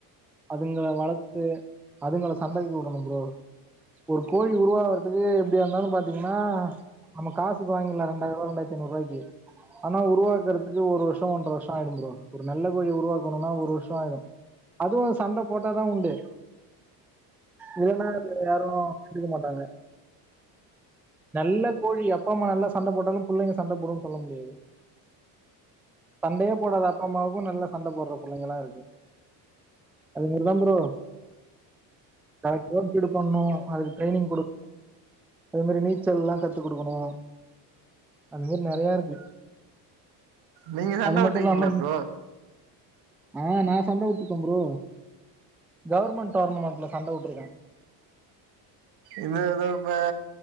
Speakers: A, in the centre; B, on the right.
A: அதுங்கள வளத்து அதுங்கள சண்டைக்கு வுடணு ப்ரோ ஒரு கோழி உருவாவறதுக்கு எப்டியா இந்தாலு பாத்தீங்கன்னா நம்ம காசுக் வாங்கிரலா ரெண்டாயிரொ ரெண்டாயிரித்தைனுருவாய்க்கு ஆனா உருவாக்குறதுக்கு ஒரு வருஷ ஒன்றர வருஷ ஆயிடு ப்ரோ ஒரு நல்ல கோழி உருவாக்கணுனா ஒரு வருஷ ஆயிடு அதுவு சண்ட போட்டாதா உண்டு இல்லன்னா அத யாரு கண்டுக்க மாட்டாங்க நல்ல கோழி அப்பா அம்மா நல்லா சண்ட போட்டாலு புள்ளைங்க சண்ட போடுன் சொல்ல முடியாது சண்டையே போடாத அப்பா அம்மாவுக்கு நல்லா சண்ட போட்ற புள்ளைங்கலா இருக்கு அது மாரி தாம் ப்ரோ அத <unintelligible> பண்ணு அதுக்கு ட்ரைனிங் கொடு அது மாரி நீச்சல் லா கத்து குடுக்கணு அது மேரி நெறைய இருக்கு
B: நீங்க சண்ட
A: அது மட்டும்
B: விட்டுருக்கீங்ளா
A: இல்லாம
B: ப்ரோ
A: ஆ நா சண்ட விட்ருக்கே ப்ரோ கவர்மெண்ட் டோர்னமெண்ட்ல சண்ட வுட்ருக்கே
B: இந்த ஏதோ இப்ப